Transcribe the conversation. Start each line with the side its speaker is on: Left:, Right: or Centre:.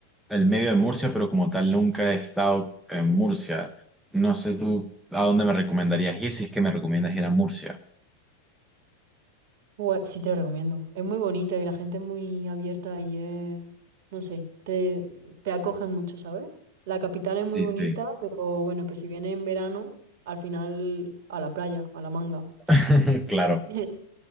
Centre: el medio de Murcia, pero como tal nunca he estado en Murcia. No sé tú a dónde me recomendarías ir, si es que me recomiendas ir a Murcia.
Right: Pues, sí, te la recomiendo. Es muy bonita y la gente es muy abierta y es... No sé, te, te acogen mucho, ¿sabes? La capital es muy
Centre: Sí,
Right: bonita,
Centre: sí.
Right: pero bueno, pues si viene en verano, al final a la playa, a la manga.
Centre: <laughs> Claro.
Right: <laughs>